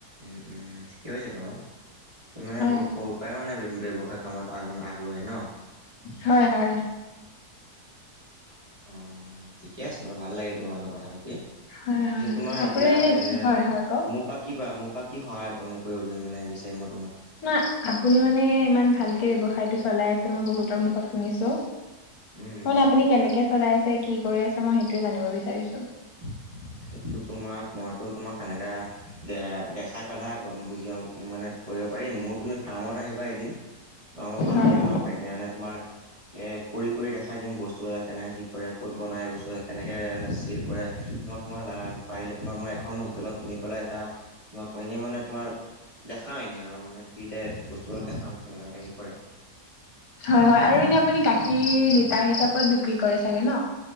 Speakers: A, on the right; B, on the left.
A: উম-উম! ঠিকে হৈছে বাৰু। মানে
B: হয়
A: বহুত সৰুৰ পৰাই মানে ব্যৱসায় কামত আগ্ৰহী ন?
B: হয় হয়। <inaudible>
A: অ'-অ' ঠিকে আছে বাৰু ভাল লাগিল তোমাৰ লগত কথা পাতি।
B: হয় হয়
A: পিছে
B: হয়
A: তোমাৰ
B: আপোনাৰ
A: এতিয়া এ
B: এনে হয় হয় কওক
A: মোৰ পৰা কি বা মোক মোৰ পৰা কি সহায় পাম কৰিব মানে বিচাৰিম মই তোমাক?
B: না আপুনি মানে ইমান ভালকে ব্যৱসায়টো চলাই আছে। মই বহুতৰ মুখত শুনিছোঁ।
A: উম, উম।
B: মানে আপুনি কেনেকে চলাই আছে কি কৰি আছে মই সেইটোৱেই জানিব বিচাৰিছো?
A: <inaudible> সেইটো তোমাক মইতো তোমাক সেনেকা দে দেখাই পালেহে বুজি <unintelligible> মানে কৰিব পাৰি মোৰ তুমি ফাৰ্মত আহিবা এদিন। তোমাক মই ভালকৈ
B: হয়
A: <unintelligible> তোমাৰ এ কৰি-কৰি দেখাই দিম। বস্তুবিলাক কেনেকে কি কৰে, ক'ত বনাই বস্তুবিলাক, কেনেকে মানে চেইল কৰে তোমাক মই <unintelligible> পাৰিলে তোমাক মই এখন হোটেলত নি পেলাই এটা তোমাক এনেই মানে তোমাৰ দেখাম এনেই আৰু মানে ফ্ৰীতে বস্তুবিলাক দেখাম কেনেকুৱাকৈ হেৰি কৰে।
B: হয়-হয় আৰু এনে আপুনি গাখীৰ লিটাৰ হিচাপত বিক্ৰী কৰে চাগে ন?